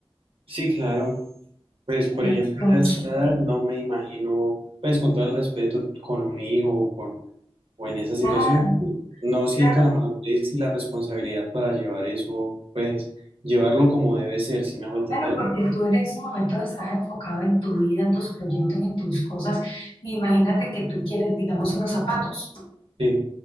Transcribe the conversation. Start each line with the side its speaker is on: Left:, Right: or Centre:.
Right: Sí, claro. Pues, por
Left: Entonces,
Right: ejemplo, yo a esta edad no me imagino, pues, con todo el respeto, con un hijo o, con, o en esa situación,
Left: claro,
Right: no siento
Left: claro,
Right: la madurez y la responsabilidad para llevar eso, pues, llevarlo como debe ser, si me hago entender.
Left: claro, porque tú en ese momento estás enfocado en tu vida, en tus proyectos, en tus cosas. Imagínate que tú quieres, digamos, unos zapatos.
Right: Sí,